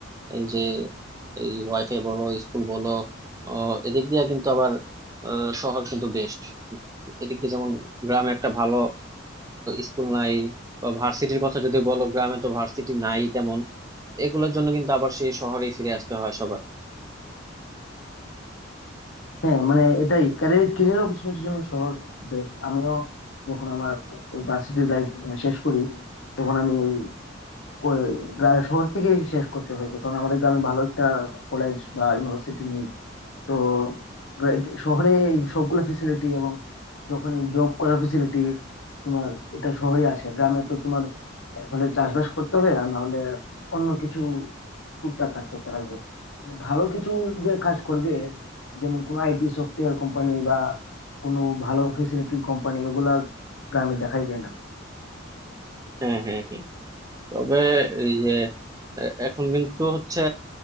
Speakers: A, on the right; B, on the left.
A: এই যে এই ওয়াইফাই বলো স্কুল বলো আহ, এদিক দিয়ে কিন্তু আবার আহ, শহর কিন্তু বেস্ট এদিক দিয়ে যেমন গ্রামে একটা ভালো স্কুল নাই ভার্সিটির কথা যদি বলো গ্রামে তো ভার্সিটি নাই তেমন এগুলোর জন্য কিন্তু আবার সেই শহরেই ফিরে আসতে হয় সবার
B: হ্যাঁ মানে এটাই ক্যারিয়ার ক্যারিয়ার অপরচুনিটির জন্য শহর বেস্ট আমিও যখন আমার ভার্সিটি লাইফ শেষ করি তখন আমি ওই কো- গ্রা- শহর থেকে শেষ করতে হয়েছে কারণ আমাদের গ্রামে ভালো একটা কলেজ বা ইউনিভার্সিটি নেই তো red- শহরে এই সবগুলো ফেসিলিটি এবং যখন জব করার ফেসিলিটি তোমার এটা শহরে আছে গ্রামে তো তোমার এক হলে চাষবাস করতে হবে আর না হলে অন্য কিছু টুকটাক কাজ করতে লাগবে মানে ভালো কিছু যে কাজ করবে যেমন কোনো আইটি সফটওয়্যার কোম্পানি বা কোনো ভালো ফেসিলিটির কোম্পানি ওগুলা গ্রামে দেখাই যায় না
A: হ্যাঁ হ্যাঁ হ্যাঁ তবে এই যে এ- এখন কিন্তু হচ্ছে